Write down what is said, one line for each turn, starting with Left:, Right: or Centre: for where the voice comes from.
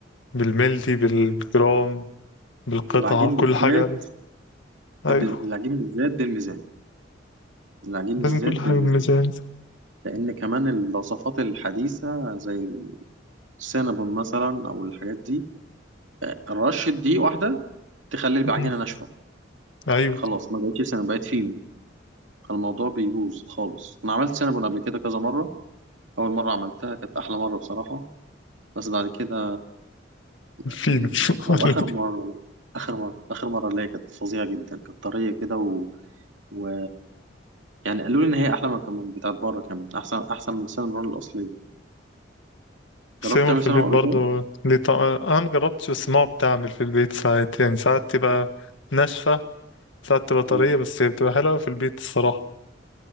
Left: بالملي بالجرام بالقطعه
Right: العجين
Left: كل
Right: بالذات
Left: حاجه لازم. ايوه
Right: ب- العجين بالذات بالميزان العجين
Left: لازم
Right: بالذات
Left: كل
Right: بالميزان
Left: حاجه بالميزان
Right: لان كمان الوصفات الحديثه زي السينابون مثلا او الحاجات دي آه، رشه دي واحده تخلي العجينه
Left: مم.
Right: ناشفه
Left: ايوه
Right: خلاص ما بقتش سينابون بقت فينو فالموضوع بيبوظ خالص انا عملت سينابون قبل كده كذا مره اول مره عملتها كانت احلى مره بصراحه بس بعد كده
Left: فين
Right: يعني
Left: <laughs>
Right: او اخر مره لا. اخر مره اخر مره اللي هي كانت فظيعه جدا كانت طريه كده و... و... يعني قالوا لي ان هي احلى من كمان بتاعت بره كمان احسن احسن من السينابون الاصليه
Left: سيمو
Right: جربت تعمل
Left: في
Right: سينابون
Left: البيت برضو
Right: قبل كده
Left: ليه طعم انا مجربتش بس ماما بتعمل في البيت ساعات يعني ساعات تبقى ناشفه ساعات تبقى طريه
Right: مم.
Left: بس هي بتبقى حلوه في البيت الصراحه